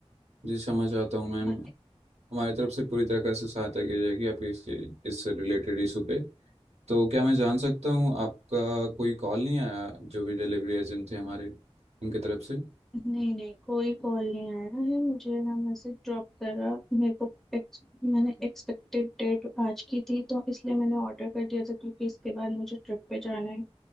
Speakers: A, on the right (about 75°); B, in the centre.
A: जी समझ आता हूँ मैम
B: और
A: हमारी तरफ से पूरी तरह से सहायता की जाएगी आपके इस इस रिलेटेड इशू पे तो क्या मैं जान सकता हूँ आपका कोई कॉल नहीं आया जो भी डिलीवरी एजेंट थे हमारे उनकी तरफ से
B: नहीं नहीं कोई कॉल नहीं आया है मुझे ना मैसेज ड्रॉप करा मेरे को ex- मैंने एक्सपेक्टेड डेट आज की थी तो इसलिए मैंने ऑर्डर कर दिया था क्योंकि इसके बाद मुझे ट्रिप पे जाना है